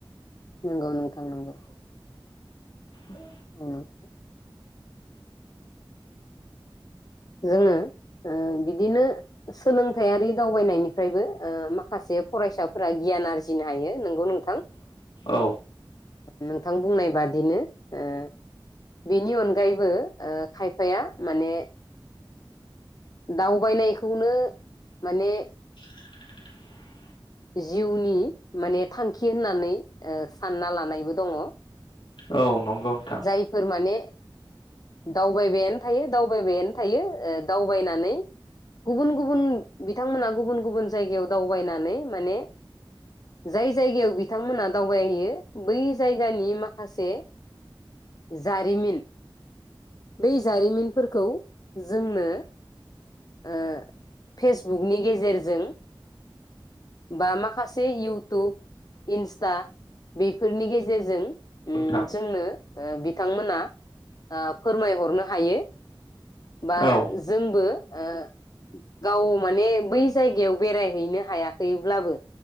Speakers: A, on the left; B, on the left.
A: नंगौ नोंथां नंगौ
B: बे
A: <unintelligible> जोङो ओ बिदिनो सोलोंथायारि दावबायनायनिफ्रायबो ओ माखासे फरायसाफोरा गियान आरजिनो हायो नोंगौ नों थां
B: औ
A: नोंथां बुंनाय बादिनो ओ बेनि अनगायैबो ओ खायफाया माने दावबायनायखौनो माने
B: <inaudible>
A: जिउनि माने थांखि होननानै ओ सानना लानायबो दङ'
B: औ नंगौ नोंथां
A: जायफोर माने दावबायबायानो थायो दावबायबायानो थायो ओ दावबायनानै गुबुन गुबुन बिथांमोना गुबुन गुबुन जायगायाव दावबायनानै माने जाय जायगायाव बिथांमोना दावबायहैयो बै जायगानि माखासे जारिमिन बै जारिमिनफोरखौ जोंनो ओ फेसबुकनि गेजेरजों बा माखासे इउटुब इन्स्टा बेफोरनि गेजेरजों ओ
B: नोंथां
A: जोंनो ओ बि बिथांमोना ओ फोरमायहरनो हायो । बा
B: औ
A: जोंबो ओ गाव माने बै जायगायाव बेरायहैनो हाया हैयोब्लाबो